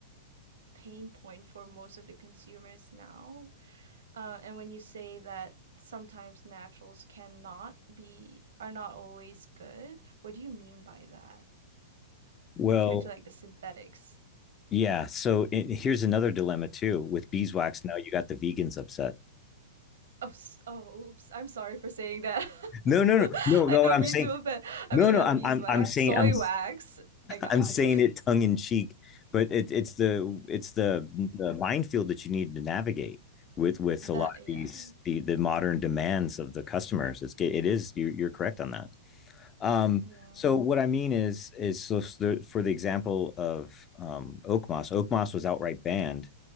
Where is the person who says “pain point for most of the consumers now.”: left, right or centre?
Right